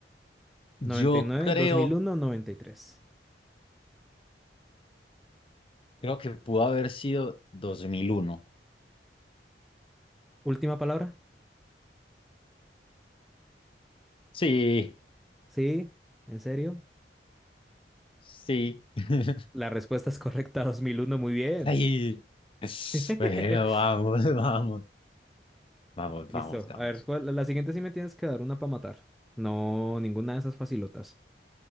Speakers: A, on the left; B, in the centre.
A: yo
B: 99,
A: creo,
B: 2001, 93.
A: creo que pudo haber sido dos mil uno.
B: Última palabra.
A: Sí,
B: Sí, en serio.
A: sí. <laughs>
B: La respuesta es correcta, <laughs> dos mil uno, Muy bien.
A: Ay,
B: <laughs>
A: bueno, vamos, <laughs> vamos. Vamos,
B: Listo.
A: vamos, vamos.
B: A ver, ¿cuál- la siguiente sí me tienes que dar una para matar. No, ninguna de esas facilotas.